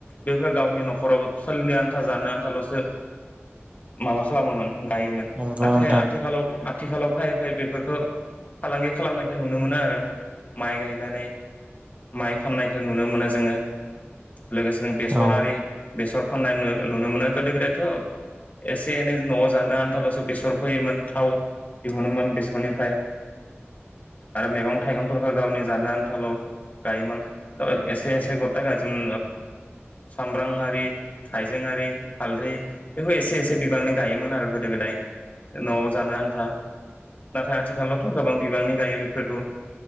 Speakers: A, on the left; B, on the right.
A: बेफोरा गावनि न'खराव सोलिनो आन्था जानो आन्थाल'सो माबा खालामोमोन गायोमोन।
B: नंगौ
A: नाथाय
B: नोंथां
A: आथिखालाव आथिखालाव फैै फै बेफोरखौ फालांगि खालामनायखौ नुनो मोनो आरो माइ गायनानै माइ फाननायखौ नुनो मोनो जोङो। लोगोसे नों बेसरारि
B: औ
A: बेसर। फनलाइन नुनो मोनो गोदो गोदायथ'। एसे एनै न'आव जानो आनथाल'सो बेसर फैयोमोन थाव दिहुनोमोन बेसरनिफ्राय आरो मैगं थाइगंफोरखौ गावनि जानो आनथाल' गायोमोन एसे एसे गथा गायोबोन सामब्रांआरि हायजेंआरि हालदै। बेखौ एसे एसे बिबांनि गायोमोन आरो गोदो गोदाय। न'आव जानो आन्था नाथाय आथिखालावथ' गोबां बिबांनि गायो बेफोरखौ।